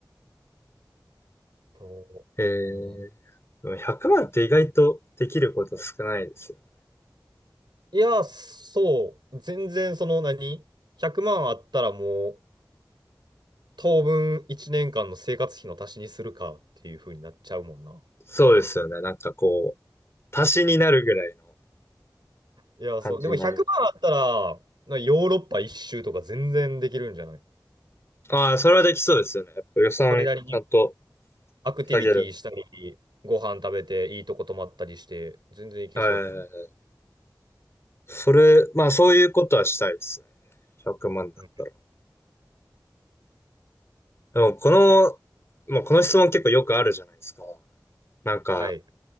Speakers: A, on the right; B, on the left.
A: ーと、
B: えー、
A: あー
B: でも100万って意外とできること少ないですよね。
A: いや、そう、全然その何、100万あったらもう、当分1年間の生活費の足しにするかっていう風になっちゃうもんな。
B: そうですよね。なんかこう、足しになるぐらいの。
A: いや、そう。
B: 感じになります。
A: でも100万あったら、なヨーロッパ一周とか全然できるんじゃない
B: ああ、それはできそうですよね。やっぱ予算ちゃんと
A: それなりにアクティビティしたり、
B: 下げれば。
A: ご飯食べて、いいとこ泊まったりして、全然いけそうやけどな。
B: はいはいはいはい。それ、まあそういうことはしたいですね。100万だったら。
A: うん、
B: でもこの、まあこの質問結構よくあるじゃないですか。なんか、
A: はい。